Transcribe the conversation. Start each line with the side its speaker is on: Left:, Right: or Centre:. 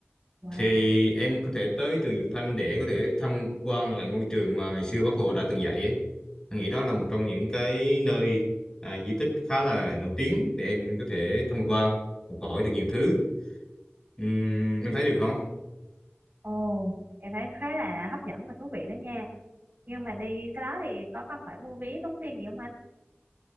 Right: wow
Left: thì em có thể tới trường Dục Thanh để có thể tham quan lại ngôi trường mà ngày xưa Bác Hồ đã từng dạy ấy. Anh nghĩ đó là một trong những cái nơi à, di tích khá là nổi tiếng để em có thể tham quan, học hỏi được nhiều thứ. Ừm, em thấy được không?
Right: ồ em thấy khá là hấp dẫn và thú vị đó nha nhưng mà đi cái đó thì có cần phải mua vé tốn tiền gì không anh